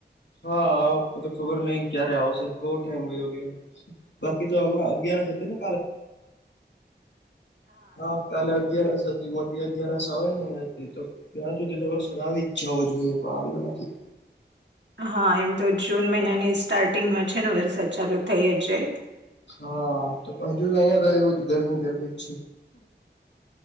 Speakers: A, on the left; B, on the right.
A: હા આવ તો ખબર નઈિ ક્યારે આવશે બહ ટાઈમયો ગયો બાકી તો હમણાં અગિયાર હતી ને હા કાલે અગિયારસથી મોટી અગારસ આવે ને તો ત્યાં સુધી તો વરસાદ આવી જ જવો જોઈએ પણ આવ્યો નથી
B: હા એમ તો જૂન મહિનાની સ્ટાર્ટિંગમાં છે ને વરસાદ ચાલુ થઈ જ જાય
A: હા તો હજુ અહં તો એવું જ ગરમી ગરમી જ છે